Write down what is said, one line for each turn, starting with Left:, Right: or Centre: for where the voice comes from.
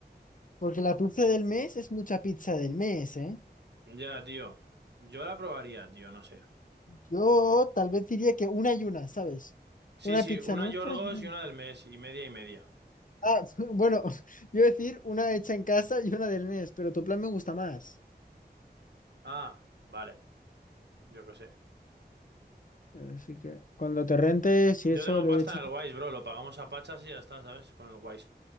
Left: Porque la pizza del mes es mucha pizza del mes, ¿eh?
Right: Ya, tío. Yo la probaría, tío, no sé.
Left: Yo tal vez diría que una y una, ¿sabes?
Right: Sí,
Left: Una
Right: sí,
Left: pizza
Right: una
Left: nuestra
Right: Yorgos
Left: y una...
Right: y una del mes, y media y media.
Left: Ah, <laughs> bueno, <laughs> yo decir una hecha en casa y una del mes, pero tu plan me gusta más.
Right: Ah, vale, yo qué sé.
Left: Así que cuando te rentes y
Right: Yo
Left: eso
Right: tengo
Left: le
Right: pasta
Left: echas...
Right: en el Wise, bro. Lo pagamos a pachas y ya está, ¿sabes? Con el Wise.